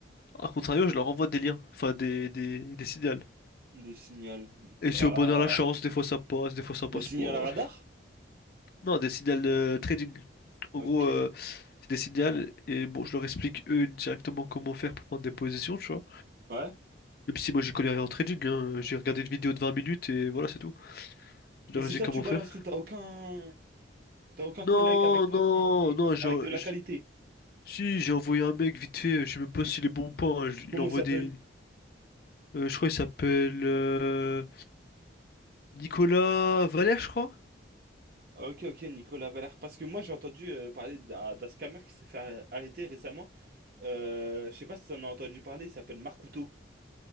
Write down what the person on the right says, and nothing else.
Des signaux.
Ah,
des signaux
à radar?
Ok.
Ouais.
Et c'est
toi,
tu balances
tout, t'as aucun. T'as aucun
collègue avec toi
qui...
avec de la
qualité?
Comment
il s'appelle?
Ok, ok, Nicolas Valère. Parce que moi, j'ai entendu euh, parler d'un d'un scammer qui s'est fait ar- arrêter récemment. Euh, je sais pas si t'en as entendu parler, il s'appelle Marc Couteau.